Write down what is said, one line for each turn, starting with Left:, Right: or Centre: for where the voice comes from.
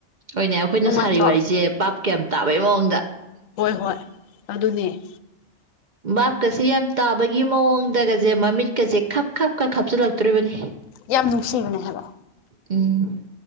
Right: ꯍꯣꯅꯦ ꯑꯩꯈꯣꯏꯅ
Left: ꯅꯨꯡꯉꯥꯏꯇ꯭ꯔꯣ
Right: ꯁꯥꯔꯤ ꯋꯥꯔꯤꯁꯦ ꯕꯥꯞꯀꯥ ꯌꯥꯝ ꯇꯥꯕꯩ ꯃꯑꯣꯡꯗ
Left: ꯍꯣꯏ ꯍꯣꯏ ꯑꯗꯨꯅꯦ
Right: ꯕꯥꯞ ꯀꯥꯁꯦ ꯌꯥꯝ ꯇꯥꯕꯒꯤ ꯃꯑꯣꯡꯗꯒꯁꯦ ꯃꯃꯤꯠꯀꯁꯦ ꯈꯞ ꯈꯞ ꯈ ꯈꯞꯆꯤꯜꯂꯛꯇꯣꯔꯤꯕꯅꯤ
Left: ꯌꯥꯝ ꯅꯨꯡꯁꯤꯕꯅꯦ ꯍꯥꯏꯕ
Right: ꯎꯝ